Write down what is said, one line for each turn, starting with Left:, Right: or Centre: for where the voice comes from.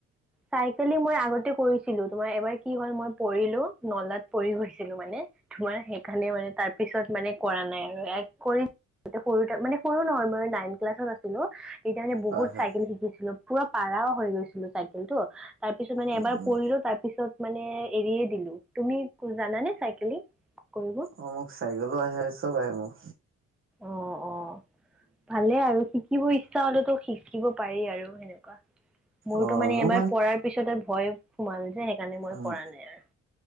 Centre: চাইকেলি মই আগতে কৰিছিলো তোমাৰ এবাৰ কি হ'ল মই পৰিলো নলাত পৰি গৈছিলো মানে। তোমাৰ সেইকাৰণে মানে তাৰ পিছত মানে কৰা নাই আৰু কৰি তেতিয়া সৰু মানে সৰু নহয় মই নাইন ক্লাছত আছিলো। তেতিয়া মানে বহুত
Right: হয় হয়
Centre: চাইকেল শিকিছিলো পুৰা পাৰা হৈ গৈছিলো চাইকেলটো। তাৰপিছত মানে
Right: উম
Centre: এবাৰ
Right: উম
Centre: পৰিলো তাৰপিছত মানে এৰিয়ে দিলো। তুমি জানানে চাইকেলিং কৰিব?
Right: অ মোক চাইকেলো আহে চব আহে মোৰ।
Centre: অ অ ভালে আৰু শিকিব ইচ্ছা হলেতো শিকিব পাৰি আৰু সেনেকুৱা। মোৰতো
Right: অ
Centre: মানে
Right: মোৰ
Centre: এবাৰ পৰাৰ পিছত আৰু ভয় সোমাল যে সেইকাৰণে মই
Right: উম
Centre: কৰা নাই আৰু।